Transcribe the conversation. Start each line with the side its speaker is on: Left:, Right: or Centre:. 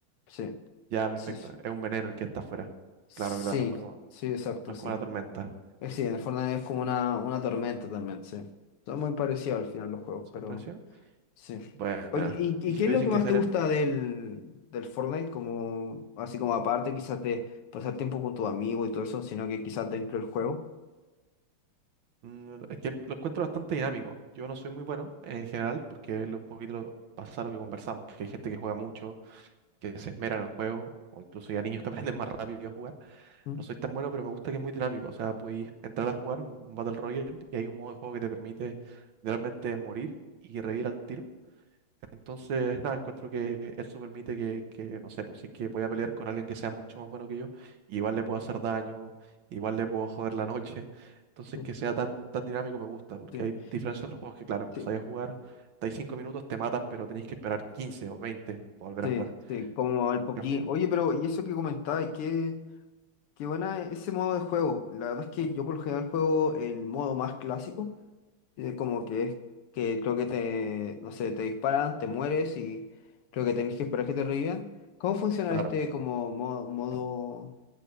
Left: Sí.
Right: Ya, perfecto.
Left: Sí, sí.
Right: Es un veneno el que está afuera.
Left: Sí,
Right: Claro, claro, no es como,
Left: sí, exacto,
Right: no es
Left: sí.
Right: como la tormenta.
Left: Eh, sí, en el Fortnite es como una, una tormenta también, sí. Son muy parecidos al final los juegos,
Right: ¿Se
Left: pero
Right: presión?
Left: sí.
Right: Bueno.
Left: Oye, ¿y, y
Right: Y si
Left: qué
Right: tú
Left: es
Right: dices
Left: lo que
Right: que
Left: más
Right: ser
Left: te gusta
Right: en.
Left: del, del Fortnite? Como, así como aparte quizás de pasar tiempo con tu amigo y todo eso, sino que quizás dentro del juego.
Right: mm, Es que lo encuentro bastante dinámico. Yo no soy muy bueno en general, porque es lo- un poquito lo, pasa lo que conversamos, que hay gente que juega mucho, que se esmera en el juego, o incluso ya niños que <laughs> aprenden más rápido a jugar.
Left: ¿Mm?
Right: No soy tan bueno, pero me gusta que es muy dinámico. O sea, podéis entrar a jugar un un Battle Royale y hay un modo de juego que te permite realmente morir y revivir al tiro Entonces, nada, encuentro que eso permite que, que, no sé, pues si es que voy a pelear con alguien que sea mucho más bueno que yo, igual le puedo hacer daño, igual le puedo joder la noche. Entonces,
Left: Sí,
Right: que sea tan, tan dinámico me gusta, porque
Left: sí,
Right: hay diferencia de otros juegos que, claro, empezáis
Left: sí,
Right: a jugar, estáis 5 minutos, te matan, pero tenéis que esperar 15 o 20 para volver
Left: sí,
Right: a jugar.
Left: sí, como el PUBG.
Right: Cambio,
Left: Oye, pero y eso que comentabas, qué, qué buena ese modo de juego. La verdad es que yo por lo general juego el modo más clásico Eh, Como que es que creo que te, no sé, te disparan, te mueres y creo que tenés que esperar que te revivan. ¿Cómo funciona
Right: claro.
Left: este como modo, modo